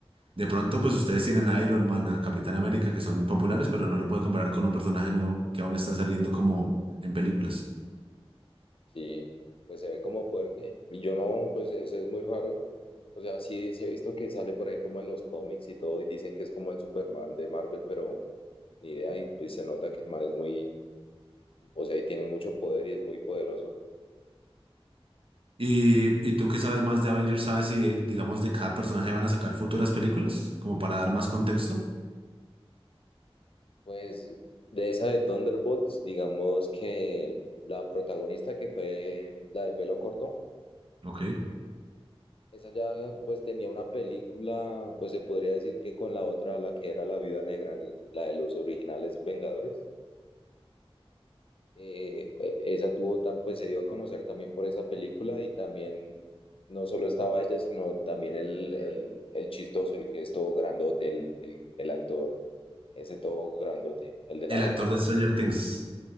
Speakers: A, on the right; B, on the left.
A: De pronto pues ustedes tienen a Iron Man, a Capitán América que son populares, pero no lo puede comparar con un personaje nuevo que aún está saliendo como en películas.
B: Sí, pues se ve como fuerte. Y yo no, pues ese es muy raro. O sea, sí, sí he visto que sale por ahí como en los cómics y todo y dicen que es como el Superman de Marvel, pero ni idea y pues se nota que el man es muy, o sea, y tiene mucho poder y es muy poderoso.
A: Y, y tú que sabes más de Avengers, ¿sabes si, eh, digamos, de cada personaje van a sacar futuras películas? Como para dar más contexto.
B: Pues de esa de Thunderbolts, digamos que la protagonista que fue la de pelo corto,
A: Ok.
B: esa ya pues tenía una película, pues se podría decir que con la otra, la que era la Viuda Negra, l- la de los originales Vengadores, eh, pues, esa tuvo tan, pues se dio a conocer también por esa película y también no solo estaba ella, sino también el, el, el chistoso, el que es todo grandote, el, el, el actor, ese todo grandote, el de la
A: El
B: barba,
A: actor de Stranger Things.